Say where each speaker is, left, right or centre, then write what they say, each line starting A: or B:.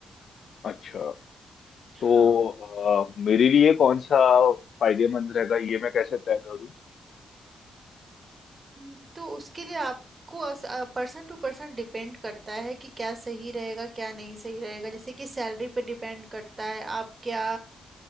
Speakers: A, on the left (about 70°); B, on the right (about 40°).
A: अच्छा
B: हाँ
A: तो अ, मेरे लिए कौन सा फायदेमंद रहेगा ये मैं कैसे तय करूँ
B: न- तो उसके लिए आपको पर्सन टू पर्सन डिपेंड करता है कि क्या सही रहेगा क्या नहीं सही रहेगा जैसे कि सैलरी पे डिपेंड करता है आप क्या